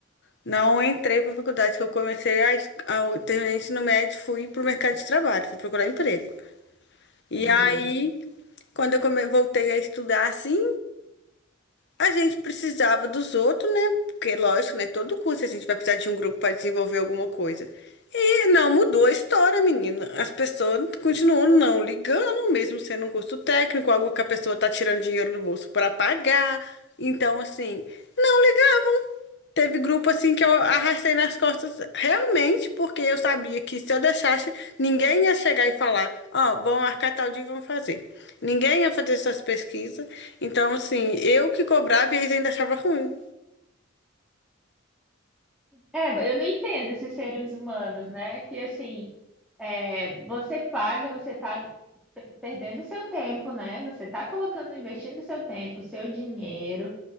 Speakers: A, on the left; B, in the centre.
A: não entrei para faculdade, que eu comecei a, es- ao terminar o ensino médio, fui pro mercado de trabalho, fui procurar emprego. E
B: Entendi.
A: aí, quando eu come- voltei a estudar assim, a gente precisava dos outros, né? Porque, lógico, né? Todo curso a gente vai precisar de um grupo para desenvolver alguma coisa. E não mudou a história, menina. As pessoas continuam não ligando, mesmo sendo um curso técnico, algo que a pessoa tá tirando dinheiro do bolso para pagar. Então, assim, não ligavam. Teve grupo assim que eu arrastei nas costas realmente, porque eu sabia que se eu deixasse, ninguém ia chegar e falar, ó, vamos marcar tal dia e vamos fazer. Ninguém ia fazer essas pesquisas. Então, assim, eu que cobrava e eles ainda achavam ruim.
B: É, eu não entendo esses seres humanos, né? Que assim, é, você paga, você tá pe- perdendo seu tempo, né? Você tá colocando, investindo seu tempo, seu dinheiro,